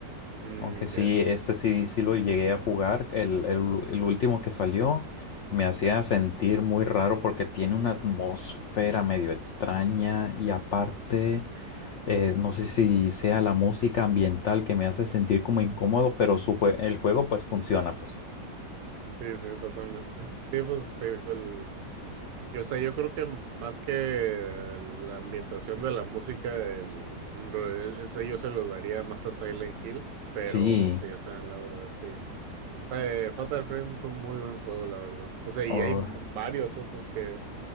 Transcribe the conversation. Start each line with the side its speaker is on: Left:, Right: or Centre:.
Right: Mm,
Left: aunque sí,
Right: ya.
Left: este sí, sí lo llegué a jugar, el, el u- el último que salió me hacía sentir muy raro porque tiene una atmósfera medio extraña y aparte, eh, no sé si sea la música ambiental que me hace sentir como incómodo, pero su jue- el juego pues funciona, pues.
Right: Sí, sí, totalmente. Sí, pues te digo, el, yo, o sea, yo creo que más que la ambientación de la música, el, por ejemplo, e- ese yo se lo daría más a Silent Hill, pero
Left: Sí.
Right: sí, o sea, la verdad, sí. O sea, eh, Fatal Frame es un muy buen juego, la verdad. O sea, y
Left: Oh.
Right: hay mu- varios otros que,